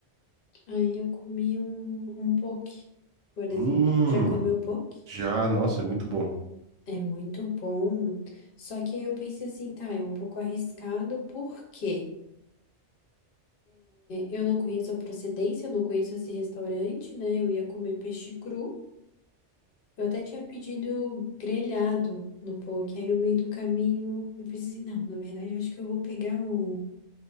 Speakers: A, on the left (about 55°); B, on the right (about 85°).
A: Aí eu comi um, um poke, por exemplo.
B: hum,
A: Já comeu poke?
B: já, nossa, é muito bom.
A: É muito bom. Só que aí eu pensei assim, tá, é um pouco arriscado, porque eu não conheço a procedência, eu não conheço esse restaurante, né? Eu ia comer peixe cru. Eu até tinha pedido grelhado no poke, aí no meio do caminho eu pensei assim, não, na verdade eu acho que eu vou pegar o